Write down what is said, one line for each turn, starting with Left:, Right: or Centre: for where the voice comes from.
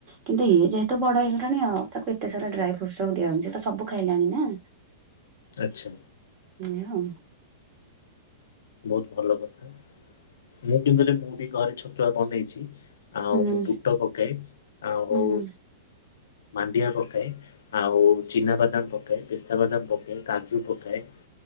Right: କିନ୍ତୁ ଇଏ ଯେହେତୁ ବଡ ହେଇଗଲାଣି ଆଉ ତାକୁ ଏତେ ସାରା ଡ୍ରାଇ ଫ୍ରୁଟସ ସବୁ ଦିଆ ହଉନି ସବୁ ଖାଇଲାଣି ନା।
Left: ଆଚ୍ଛା।
Right: ମୀ ଆଉ।
Left: ବହୁତ ଭଲ କଥା ମୁଁ କିନ୍ତୁ ଯେ ମୁଁ ବି ଘରେ ଛତୁଆ ବ ନେଇଛି ଆଉ
Right: ହୁଁ
Left: ବୁଟ ପକାଏ ଆଉ
Right: ହୁଁ
Left: ମାଣ୍ଡିଆ ପକାଏ ଆଉ ଚିନାବାଦାମ ପକାଏ ପେସ୍ତା ବାଦାମ ପକାଏ କାଜୁ ପକାଏ।